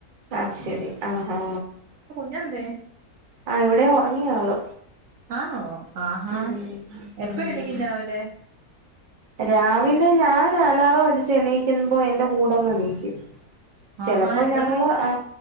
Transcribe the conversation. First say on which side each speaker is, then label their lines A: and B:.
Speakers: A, on the right; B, on the right.
A: അത് ശെരി ആ ഹാ
B: ഞ്ഞെന്തേ
A: ആ ഇവടെ ഒറങ്ങി ആള്
B: ആന്നോ ആഹാ
A: ഉം ഉം
B: എപ്പ എണീക്കും രാവിലെ
A: രാവിലെ ഞാന് അലാറൊം അടിച്ച് എനീക്കുമ്പോ എന്റെ കൂടെന്ന് എണീക്കും ചെലപ്പോ
B: ആഹാ എത്ര
A: ഞങ്ങള്
B: മണി
A: ആ